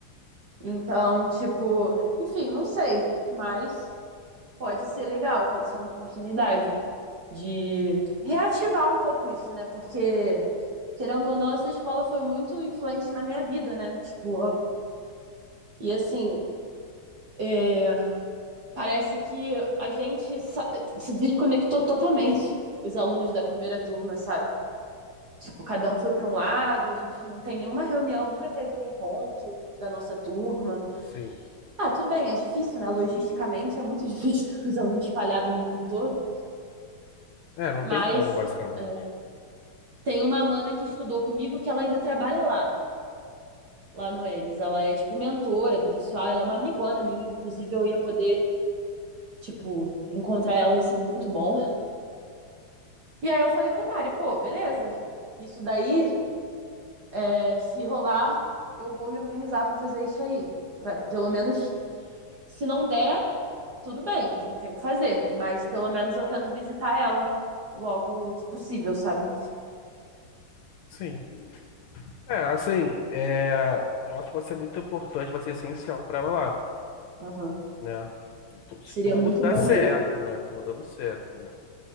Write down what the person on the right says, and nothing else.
Então, tipo, enfim, não sei, mas pode ser legal, pode ser uma oportunidade de reativar um pouco isso, né? Porque querendo ou não, essa escola foi muito influente na minha vida, né? Tipo, E assim, é, parece que a gente se desconectou totalmente, os alunos da primeira turma, sabe? Tipo, cada um foi para um lado, a gente não tem nenhuma reunião, nunca teve um encontro da nossa turma.
Ah, tudo bem, é difícil, né? Logisticamente é muito <laughs> difícil os alunos espalhados no mundo todo,
mas
é, tem uma mana que estudou comigo que ela ainda trabalha lá, lá no EMES. Ela é, tipo, mentora do pessoal, ela é uma amigona minha, inclusive eu ia poder, tipo, encontrar ela, ia ser muito bom. E aí eu falei pra Mari, pô, beleza. Isso daí, é, se rolar, eu vou me organizar pra fazer isso aí. Pra, pelo menos, se não der, tudo bem, não tem o que fazer. Mas pelo menos eu tento visitar ela logo que possível, sabe?
Aham.
Seria
muito
bom
mesmo.